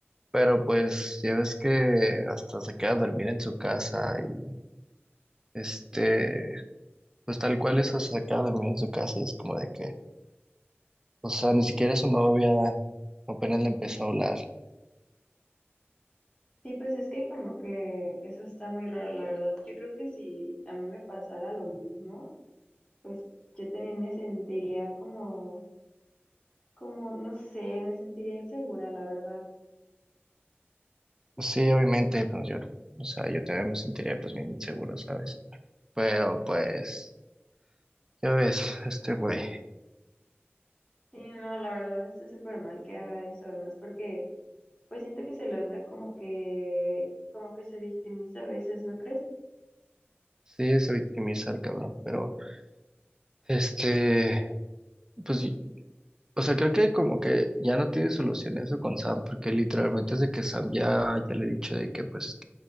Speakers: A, on the right; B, on the left.
A: Pero pues ya ves que hasta se queda a dormir en su casa y este Pues tal cual eso se acaba de dormir en su casa y es como de que, o sea, ni siquiera su novia apenas le empezó a hablar.
B: Sí, pues es que como que eso está muy raro, la verdad. Yo creo que si a mí me pasara lo mismo, pues yo también me sentiría como, como, no sé, me sentiría insegura, la verdad.
A: Pues sí, obviamente, pues yo, o sea, yo también me sentiría pues bien inseguro, ¿sabes? Pero pues, ya ves, este güey,
B: Sí, no, la verdad está súper mal que haga eso, además, porque pues siento que se los da como que, como que se victimiza a veces, ¿no crees?
A: sí se victimiza el cabrón, pero este, pues, y- o sea, creo que como que ya no tiene solución eso con Sam, porque literalmente desde que Sam ya, ya le he dicho de que pues,